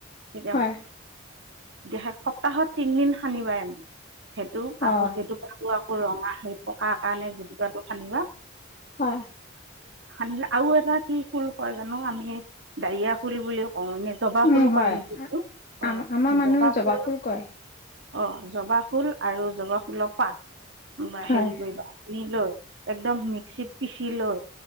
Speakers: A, on the right; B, on the left.
A: তেতিয়া
B: হয় হয়
A: দেহে সপ্তাহত তিনদিন হানিবাই মানে সেইটো
B: হয়
A: আকৌ যিটো ক ৰঙা হৈ তাৰ কাৰণে জেটোকাটো খানিবা
B: হয়
A: নিলে আৰু এটা কি ফুল কয় জানো আমি দাৰিয়া ফুল বুলি কও অ এনে জবা
B: উম
A: ফুল কয়
B: হয়
A: নেকি এইটো
B: আম
A: অ
B: আমাৰ মানুহে
A: জবা ফুল
B: কৰে
A: অ জবা ফুল আৰু জবা ফুলৰ পাত বা
B: হয়
A: হে লৈ একদম মিক্সিত পিচি লৈ